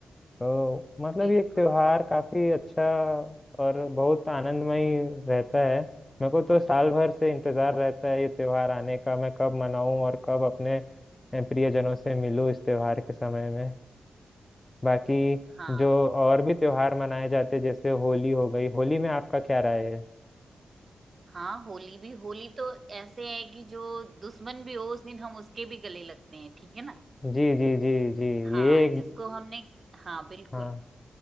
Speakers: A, on the left (about 20°); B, on the right (about 40°).
A: तो मतलब
B: बिल्कुल
A: ये त्योहार काफी अच्छा और बहुत आनंदमय रहता है मेरे को तो साल भर से इंतजार रहता है ये त्योहार आने का मैं कब मनाऊं और कब अपने अ, प्रियजनों से मिलूं इस त्योहार के समय में बाकी
B: हाँ
A: जो और भी त्योहार मनाए जाते हैं जैसे होली हो गई होली में आपका क्या राय है
B: हाँ होली भी होली तो ऐसे है कि जो दुश्मन भी हो उस दिन हम उसके भी गले लगते हैं ठीक है ना
A: जी जी जी जी
B: हाँ
A: ये एक
B: जिसको हमने हाँ बिल्कुल
A: हाँ